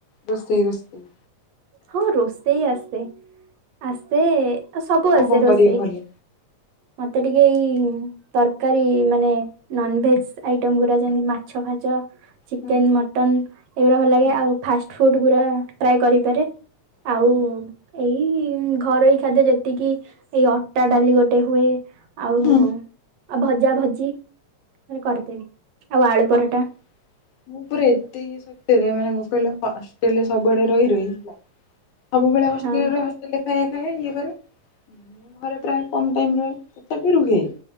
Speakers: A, on the left (about 80°); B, on the right (about 70°).
A: ରୋଷେଇ ରୋଷେଇ
B: ହଁ ରୋଷେଇ ଆସେ ଆସେ ଏ ଆ ସବୁ
A: କଣ
B: ଆସେ
A: କଣ
B: ରୋଷେଇ
A: କରିବା ଘରେ?
B: ମତେ ଟିକେ ଏଇ ତରକାରୀ ମାନେ ନନଭେଜ ଆଇଟମ ଗୁଡା ଯେମିତି ମାଛ ଫାଛ। ଚିକେନ୍
A: ହୁଁ
B: ମଟନ୍ ଏଗୁଡା ଭଲ
A: ହୁଁ
B: ଲାଗେ ଆଉ ଫାଷ୍ଟ ଫୁଡ଼୍ ଗୁରା ପ୍ରାଏ କରିପାରେ। ଆଉ
A: ହୁଁ
B: ଏଇ ଘରୋଇ ଖାଦ୍ୟ ଯେତିକି ଏଇ ଅଟା ଡାଲି ଗୋଟେ ହୁଏ। ଆଉ
A: ହୁଁ
B: ଆଉ ଭଜା ଭଜି ମାନେ କରିଦେବି। ଆଉ ଆଳୁ ପରଟା
A: ଓହୋ ମୁଁ ପୁରା ଏତେ ଇଏ ସତ୍ୟରେ ମାନେ କଣ କହିଲ ହ ହଷ୍ଟେଲରେ ସବୁଆଡେ ରହି ରହି ହେଲା। ସବୁବେଳେ ହଷ୍ଟେଲରେ
B: ହଁ
A: ରହେ ହଷ୍ଟେଲରେ ଖାଇବା ଖାଏ ଇଏ କରେ। ମୁଁ ଘରେ ପ୍ରାୟ କମ୍ ଟାଇମ୍ ରହେ ତଥାବି ରୁହେ।